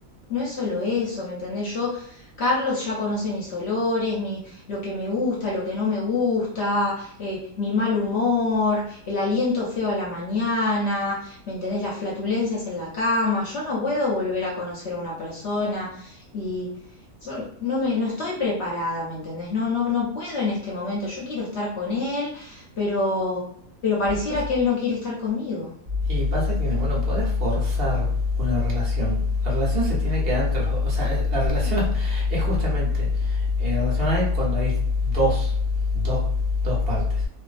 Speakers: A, on the left (about 60°); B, on the right (about 50°).
A: no es solo eso, ¿me entendés? Yo, Carlos ya conoce mis olores, mi, lo que me gusta, lo que no me gusta, eh, mi mal humor, el aliento feo a la mañana, ¿me entendés? Las flatulencias en la cama. Yo no puedo volver a conocer a una persona y yo no me, no estoy preparada, ¿me entendés? No, no, no puedo en este momento. Yo quiero estar con él, pero, pero pareciera
B: pase
A: que él no quiere estar conmigo.
B: Y pasa que, bueno, podés forzar una relación. La relación se tiene que dar entre los dos. O sea, es- la relación <laughs> es justamente. eh, la relación hay cuando hay dos, dos, dos partes.